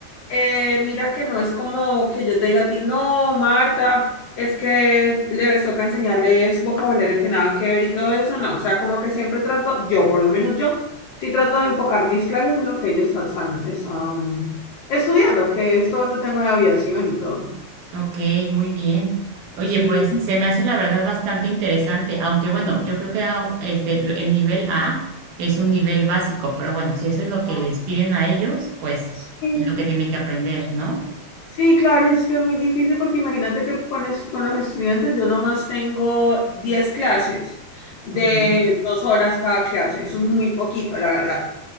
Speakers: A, on the left; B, on the right.
A: eh, mira que no es como que yo te diga a ti, no, Marta, es que les toca enseñarles vocabulario que nada que ver y todo eso, no. O sea, como que siempre trato, yo por lo menos yo, sí trato de enfocar mis clases en lo que ellos están, están- están estudiando, que es todo este tema de aviación y todo.
B: ok, muy bien. Oye,
A: Sí,
B: pues se me hace la verdad bastante interesante, aunque bueno, yo creo que au- este, lo- el nivel A es un nivel básico, pero bueno, si eso es lo que
A: no.
B: les piden a ellos, pues
A: sí.
B: es lo que tienen que aprender, ¿no?
A: Sí, claro, es que es muy difícil porque imagínate que con, est- con los estudiantes yo nomás tengo 10 clases de
B: Ok,
A: dos horas cada clase. Eso es muy poquito, la verdad.